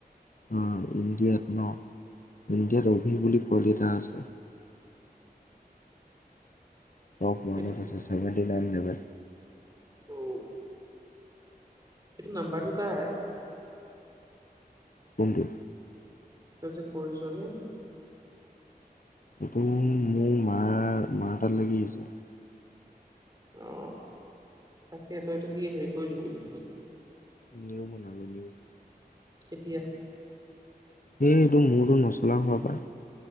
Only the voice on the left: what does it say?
উম ইণ্ডিয়াত নহ। ইণ্ডিয়াত অভি বুলি পোৱালি এটা আছে। টপ ৱানত
আছে চেভেনটি নাইন লেভেল।
কোনটো?
এইটো মোৰ মাৰ মাৰ তাত লাগি আছে।
নিউ বনালো নিউ।
সেই এইটো মোৰটো নচলা হোৱাৰ পৰা।